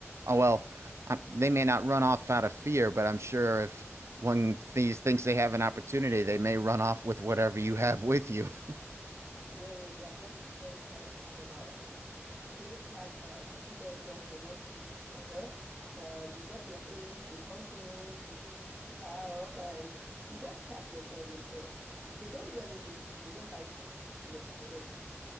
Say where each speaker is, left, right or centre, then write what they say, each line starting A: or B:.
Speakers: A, on the right; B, on the right.
A: oh well, um, they may not run off out of fear, but I'm sure if one these thinks they have an opportunity, they may run off with whatever you have with you. <laughs>
B: No, they are just very nice animals, playful animals. You see them jump from one tree to the other. Um, you drop your things, they come close, they go a little far off, and you just catch your phone with them. They don't do anything to you, they don't bite you. No, they don't.